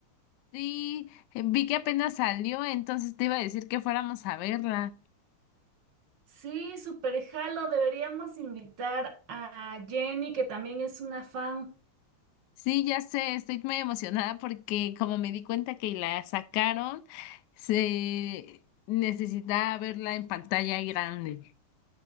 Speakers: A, on the left (about 75°); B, on the right (about 60°).
A: Sí, eh, vi que apenas salió, entonces te iba a decir que fuéramos a verla.
B: Sí, súper jalo, deberíamos invitar a Jenny, que también es una fan.
A: Sí, ya sé, estoy muy emocionada porque como me di cuenta que la sacaron, se necesitaba verla en pantalla grande.